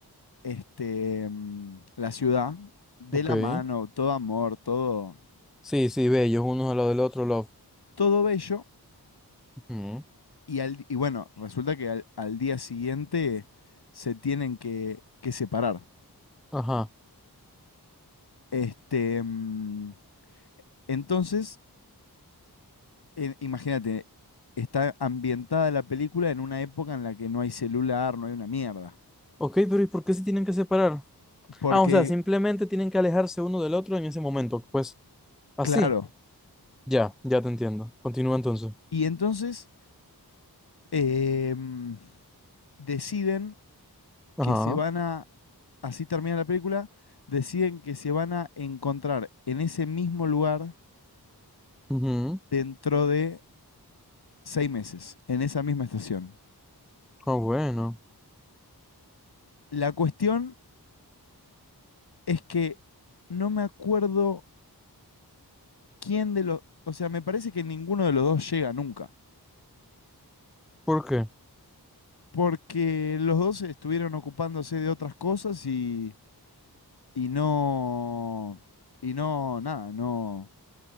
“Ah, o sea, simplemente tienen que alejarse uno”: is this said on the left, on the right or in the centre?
Centre